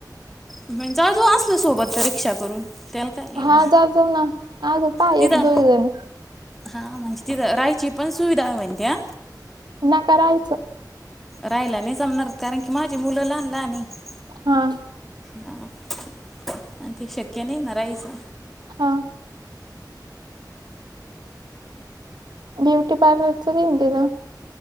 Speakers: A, in the centre; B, on the right (about 75°).
A: म्हणजे जावू तू असल सोबत तर रिक्षा करून त्याला काय एवढं
B: हा जाज ना आजो पाय
A: तिथं
B: एक दोघजणी
A: हा म्हणजे तिथ राहायची पण सुविधा व्हतीया.
B: म करायचं.
A: राहयला नाही जमणार कारण की, माझी मुलं लहान ल्हान आहेत.
B: हा.
A: ह आणि ते शक्य नाही ना राहायचं.
B: हा. ब्युटी पार्लर च मी दिल